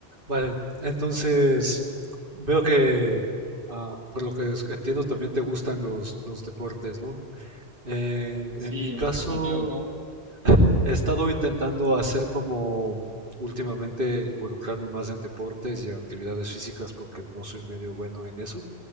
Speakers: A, on the right; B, on the right.
A: Vale, entonces veo que, ah, por lo que es- entiendo, también te gustan los, los deportes, ¿no? En,
B: Sí,
A: en mi caso,
B: Ma- Mateo, ¿cómo?
A: he estado intentando hacer como últimamente involucrarme más en deportes y en actividades físicas porque no soy medio bueno en eso